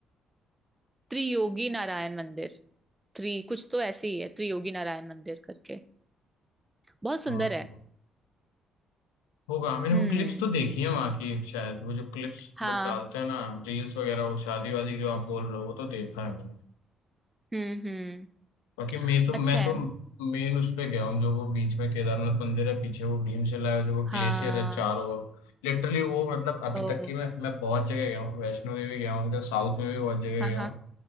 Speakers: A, on the right; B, on the left.
A: त्रियोगी नारायण मंदिर थ्री कुछ तो ऐसे ही है त्रियोगी नारायण मंदिर करके बहुत सुंदर
B: हाँ
A: है
B: होगा होगा। मैंने
A: हम्म
B: वो क्लिप्स तो देखी है वहाँ की शायद वो जो क्लिप्स
A: हाँ
B: लोग डालते हैं ना रील्स वगैरह वो शादी वादी जो आप बोल रहे हो वो तो देखा है मैंने
A: हम्म हम्म
B: बाकी मैं तो मैं
A: अच्छा है
B: तो मेन उस पे गया हूँ जो वो बीच में केदारनाथ मंदिर है पीछे वो भीमशिला है जो वो ग्लेशियर
A: हाँ
B: है चारों ओर लिटरली वो मतलब अभी
A: ओ
B: तक की मैं मैं बहुत जगह गया हूँ वैष्णो देवी गया हूँ इधर साउथ में भी बहुत जगह
A: हाँ
B: गया
A: हाँ
B: हूँ